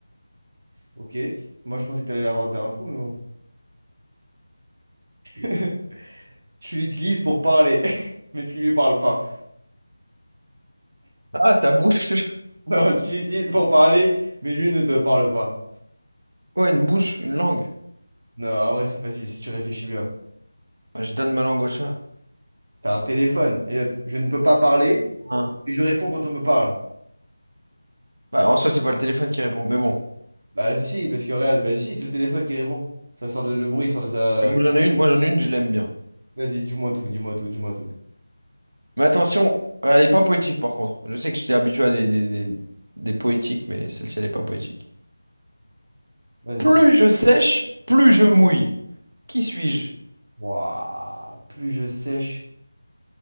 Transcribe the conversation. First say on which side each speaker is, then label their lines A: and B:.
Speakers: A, on the right; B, on the right.
A: Ok. Moi, je pensais que t'allais l'avoir d'un coup, mais bon. <laughs> Tu l'utilises pour parler, <laughs> mais tu lui parles pas.
B: Ah, ta bouche. <laughs>
A: Non, tu l'utilises pour parler, mais lui ne te parle pas.
B: Quoi, une bouche, une langue?
A: Non, en vrai, c'est facile si tu réfléchis bien.
B: Bah, je donne ma langue au chat.
A: C'était un téléphone, Elliot. Je ne peux pas parler
B: Hein.
A: et je réponds quand on me parle.
B: Bah, en soi, c'est pas le téléphone qui répond, mais bon.
A: Bah si, parce que regarde, bah si, c'est le téléphone qui répond. Ça sort de- le bruit, ça sort de ça.
B: Et moi j'en ai une, moi j'en ai une, je l'aime bien.
A: Vas-y, dis-moi tout, dis-moi tout, dis-moi tout.
B: Mais attention, elle est pas poétique par contre. Je sais que je suis habitué à des, des, des- des poétiques, mais celle-ci, elle est pas poétique.
A: Vas-y.
B: Plus je sèche, plus je mouille. Qui suis-je?
A: Waouh, plus je sèche.